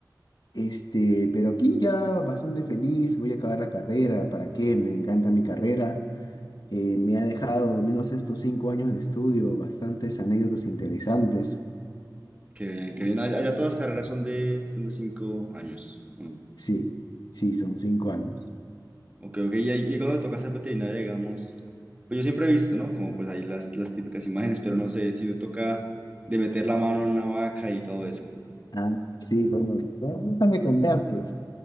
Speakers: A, on the left; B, on the right.
A: este, pero aquí ya bastante feliz, voy a acabar la carrera, ¿para qué? Me encanta mi carrera. eh, me ha dejado, al menos estos cinco años de estudio, bastantes anécdotas interesantes.
B: Qué bien, qué bien. Allá, allá todas las carreras son de, son de cinco años. Mm.
A: Sí, sí, son cinco años.
B: Ok, ok. Y, ahí- y cuando toca ser veterinaria, digamos, pues yo siempre he visto, ¿no? Como pues ahí las, las típicas imágenes, pero no sé si te toca de meter la mano en una vaca y todo eso.
A: Ah, sí, como que déjame contarte.